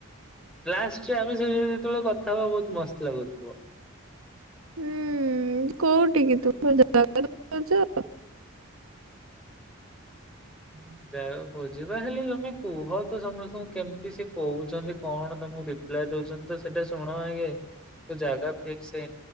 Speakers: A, in the centre; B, on the right.
A: ଲାଷ୍ଟରେ ଯେତେବେଳେ କଥା ହବା ବହୁତ ମସ୍ତ ଲାଗୁଥିବ।
B: ହୁଁ କଉଠ ଟିକେ ତୁମ ଜାଗଉଛ
A: ହୁଁ ଯାହା ଖୋଜିବା ହେଲେ ତମେ କୁହ ତ ସମସ୍ତଙ୍କୁ କେମିତି ସେ କହୁଛନ୍ତି କଣ ତମକୁ ରିପ୍ଲାଏ ଦଉଛନ୍ତି ତ ସେଟା ଶୁଣ ଆଗେ? ତ ଜାଗା ଫଠକ ସେ